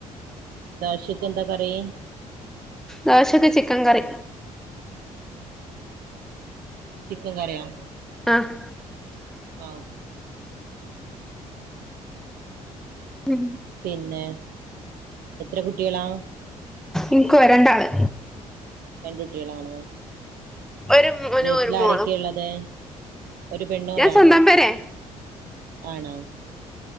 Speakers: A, on the right; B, in the centre.
A: ദോശക്കെന്താ കറി
B: ദോശക്ക് ചിക്കൻ കറി.
A: ചിക്കൻ കറിയാ
B: ആഹ്.
A: ആ
B: മ്
A: പിന്നെ എത്ര കുട്ടികളാ?
B: ഇൻക്കോ രണ്ടാള്.
A: രണ്ടുട്ട്യളാണോ?
B: ഒരു മോനും
A: വീട്ടിലാരൊക്കാനുള്ളത്
B: ഒരു മോളും
A: ഒരു പെണ്ണോഒരാണോ?
B: ഞാൻ സ്വന്തം പേരെ
A: ആണോ?